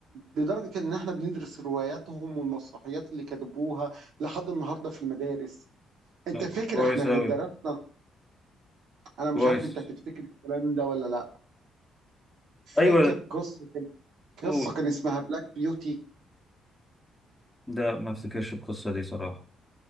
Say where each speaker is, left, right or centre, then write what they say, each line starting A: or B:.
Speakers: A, on the right; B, in the centre.
A: لدرجه ان احنا بندرس رواياتهم والمسرحيات اللي كتبوها لحد النهارده في المدارس انت
B: لا
A: فاكر
B: كويس
A: احنا كنا
B: اوي
A: درسنا انا
B: كويس
A: مش عارف انت هتفتكر الكلام ده ولا لا فاكر
B: ايوه
A: قصه
B: قول
A: قصه كان اسمها بلاك بيوتي
B: لا ما افتكرش القصه دي صراحه